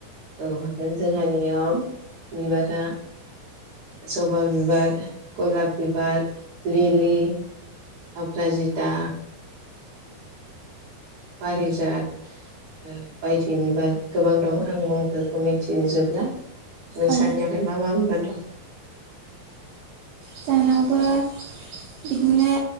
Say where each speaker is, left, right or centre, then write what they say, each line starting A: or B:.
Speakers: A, on the right; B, on the right.
A: औ हागोन जोंहानियाव बिबारा जबा बिबार गलाप बिबार लिलि अप्राजिता बारिजाद ओ बायदि बिबार गोबां दं आं मुंफोरखौ मिथिजोबला नोंसानियावलाय
B: औ
A: मा मा बिबार दं
B: जानावबो बिदिनो